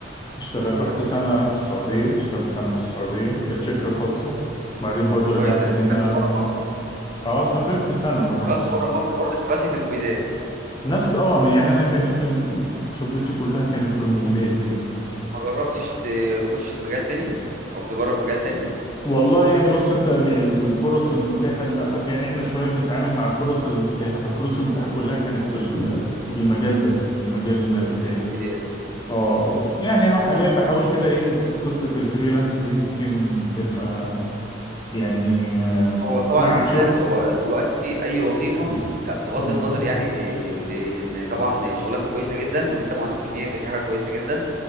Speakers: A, on the left; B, on the right.
A: اشتغل رحت سنه في السعوديه اشتغلت سنه في السعوديه كانت شركه خاصه بعدين برضو رجعت
B: كويس، يعني
A: هنا
B: سافرت بره
A: في م...
B: مصر
A: اه سافرت سنه بره
B: اشتغلت
A: مصر
B: بره مصر برضه اشتغلت في المبيدات
A: نفس اه يعني انا كان يمكن خبرتي كلها كانت في الموبيلات يعني
B: ما جربتش تخش في مجال تاني او تجرب مجال تاني
A: والله يعني بص انت الفرص المتاحه للاسف يعني احنا شويه بنتعامل مع الفرص المتاحه فالفرص المتاحه كلها كانت في ال-
B: مم.
A: في المجال ده في المجال بتاعي
B: في المبيدات
A: اه و- يعني اهو حاليا بحاول كده ايه نشوف قصه الفريلانس دي ممكن تبقى يعني آه،
B: هو طبعا
A: مع
B: الفريلانس
A: الشغل
B: هو دلوقتي اي وظيفه طب بغض
A: مم،
B: النظر يعني إيه، لان طبعا شغلانتك كويسه جدا وان انت مهندس كيميائي فدي حاجه كويسه جدا